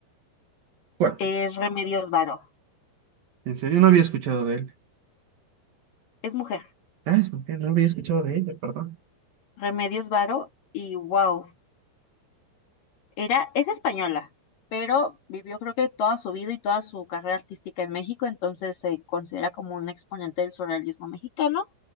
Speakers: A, on the right; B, on the left.
A: ¿Cuál?
B: es Remedios Varo,
A: En serio, no había escuchado de él.
B: es mujer,
A: Ah, es mujer, no había escuchado de ella, perdón.
B: Remedios Varo, y wow, era, es española, pero vivió creo que toda su vida y toda su carrera artística en México, entonces se considera como un exponente del surrealismo mexicano,